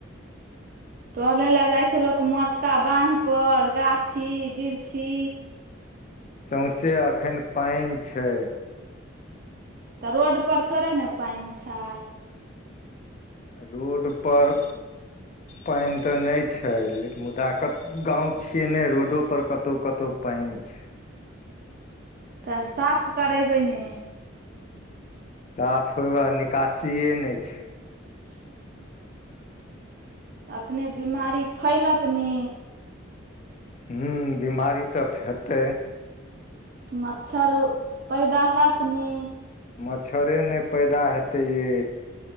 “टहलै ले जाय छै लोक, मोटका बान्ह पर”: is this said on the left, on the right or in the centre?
Right